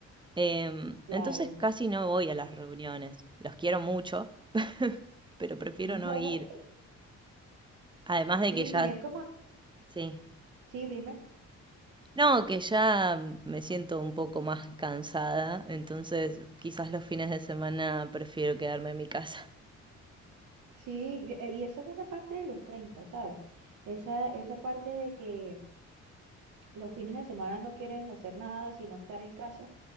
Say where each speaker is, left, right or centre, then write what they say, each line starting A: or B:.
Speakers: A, on the right (about 15°); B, on the right (about 80°).
A: Em,
B: claro.
A: entonces casi no voy a las reuniones. Los quiero mucho, pero prefiero
B: <laughs>
A: no ir. Además de
B: Sí,
A: que ya,
B: y es como,
A: sí.
B: sí, dime,
A: No, que ya me siento un poco más cansada, entonces quizás los fines de semana prefiero quedarme en mi casa.
B: sí, y y eso es una parte de los 30, ¿sabes? Esa, esa parte de que los fines de semana no quieres hacer nada, sino estar en casa.